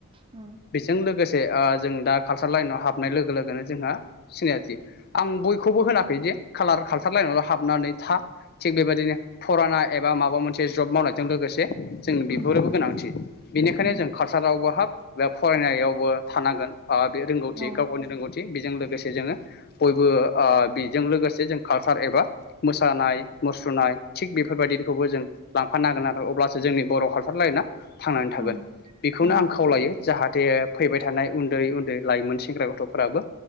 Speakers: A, on the right (about 25°); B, on the left (about 45°).
A: उम
B: बेजों लोगो से ओ जों दा कालसार लाइनाव हाबनाय लोगो लोगोनो जोंहा सिनायाखि आं बयखौबो होनाखैदि कालार कालसार लाइनावल' हाबनानै था थिग बेबायदिनो फुराना एबा माबा मोनसे जब मावनाय जों लोगोसे जों
A: उम
B: बेफोरोबो गोनांथि बेनिखायनो
A: उम
B: जों कालसारावबो हाब बे फरायनायावबो थानांगोन बे रोंगौथि
A: औ
B: गाव गावनि रोंगौथि बेजों लोगोसे जोङो बयबो ओ बेजों लोगोसे जों कालसार एबा मोसानाय मुस्रुनाय थिग बेफोरबायदिखौबो जों लांफानो हागोन आरो अब्लासो जोंनि बर' कालसार लाइना थांनानै थागोन
A: उम
B: ।बेखौनो
A: औ
B: आं खावलायो जाहाथे फैबाय थानाय उन्दै उन्दै लाइमोन सेंग्रा गथ'फोराबो